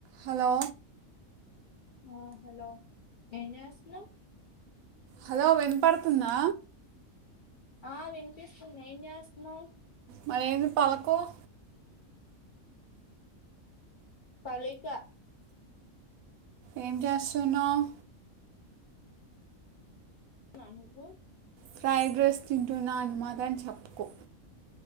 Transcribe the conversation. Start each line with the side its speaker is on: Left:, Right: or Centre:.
Right: Hello
Left: ఆ hello ఏం చేస్నవ్
Right: హలో వినపడతుందా
Left: ఆ వినిపిస్తుంది ఏం చేస్తన్నావ్
Right: మరేంది పలకవ్
Left: పలికా
Right: ఏం చేస్తున్నావ్
Left: నా నువ్వు
Right: ఫ్రైడ్ రైస్ తింటున్నా అని మాత్రం చెప్పకో